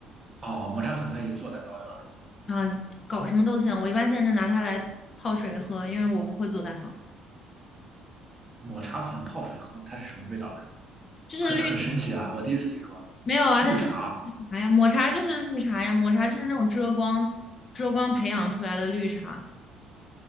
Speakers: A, on the right; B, on the left.
A: 哦，抹茶粉可以做蛋糕的吧？
B: 啊，搞什么都行。我一般现在就拿它来泡水喝，因为我不会做蛋糕。
A: 抹茶粉泡水喝，它是什么味道的？
B: 就是绿，
A: 很很神奇啊！我第一次听说。
B: 没有啊，它就是绿茶呀，
A: 绿茶，
B: 抹茶就是绿茶呀，抹茶就是那种遮光遮光培养出来的绿茶。